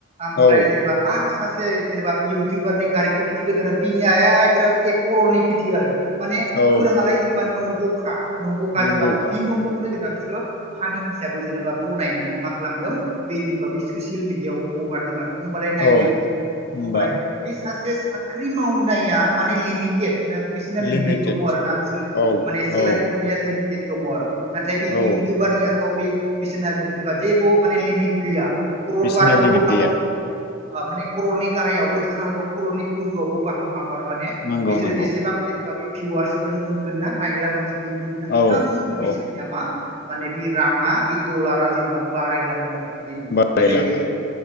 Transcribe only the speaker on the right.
ओमफ्राय
जेनेबा आरो सासे जेनेबा इउटुबारनि गारिखौ खिथिगोन आरो बिनिया एकोरो एक कररनि खिथियो आरो माने
खुराङालाय जेनेबा नंग'खा नंग'खा जेनेबा
बे नंग'खौनो जेनेबा बिसोरो फानि हिसाबै जेनेबा बनायनानै मा खालामदों बे जेनेबा बे ससियेल मिडियाआव हगारदों आरो हमबालाय नायदो
हबालाय बि सासे सा ख्रि मावनाया माने लिमिटेद ना सिना
लिमिट दङ आरो ना बिसोरो
माने सेलेरारि
मोनाया लिमिट दङ आरो नाथाय बे
इउटुबारनियाथ' बे बिसिना जेनेबा जेबो माने लिमिट गैया क्ररबारनबो
हागौ
माने ख्रर'नि गाहायावबो थानो हागौ ख्रर'नि गोजौआवबो बारनो हाग आरो माने
बिसोरो
जेसेबां बे भिवार्सफोर मोनगोन ना नायग्रा मानसिफोर मोनगोन ना एसांनो
बिसोरनिया
मा माने बे राङा बे डलारा जेनेबा बारायलाङो आरो बेनि
बेबायदि आरो